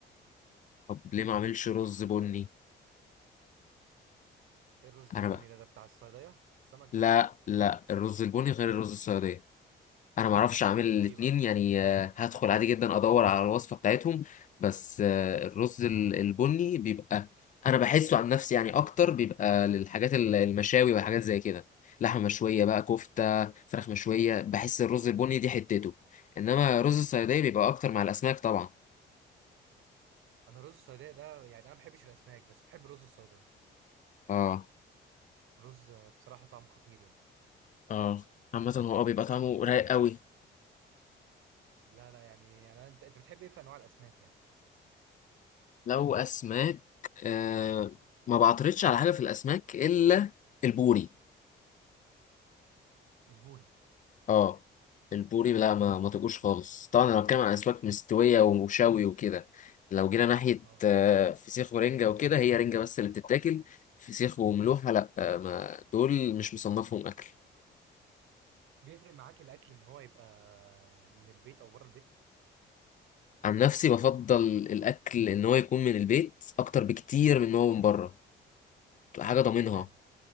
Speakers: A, on the left; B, on the right.
A: طب ليه ما اعملش رز بني
B: ايه الرز
A: انا
B: البني
A: بقى
B: ده ده بتاع الصيدية بتاع السمك
A: لا
B: ده
A: لا الرز البني غير الرز السعوديه انا ما اعرفش اعمل الاتنين
B: ايه بقى الرز
A: يعني
B: البني؟
A: آه، هدخل عادي جدا ادور على الوصفه بتاعتهم بس آه، الرز ال- البني بيبقى انا بحسه عن نفسي يعني اكتر بيبقى للحاجات ال- المشاوي والحاجات زي كده لحمه مشويه بقى كفته فراخ مشويه بحس الرز البني دي حتته انما رز الصياديه بيبقى اكتر مع الاسماك طبعا
B: انا رز الصيدية ده يعني انا ما بحبش الاسماك بس بحب رز الصيدية
A: اه
B: رز آه، بصراحة طعمه خطير يعني
A: اه عامه هو اه بيبقى طعمه
B: طب
A: رايق قوي
B: لا لا يعني انا انت انت بتحب ايه في انواع الاسماك يعني
A: لو اسماك آه ما بعترضش على حاجه في الاسماك الا البوري
B: البوري
A: اه البوري لا ما ما تبقوش خالص طبعا انا بتكلم عن اسماك مستويه وشوي وكده لو جينا ناحيه
B: اه
A: آه، فسيخ ورنجه وكده هي رنجه بس اللي بتتاكل فسيخ وملوحه لا آه، ما دول مش مصنفهم اكل
B: بيفرق معاك الاكل ان هو يبقى من البيت او بره البيت
A: عن نفسي بفضل الاكل ان هو يكون من البيت اكتر بكتير من ان هو من بره بتبقى حاجه ضامنها
B: اشمعنى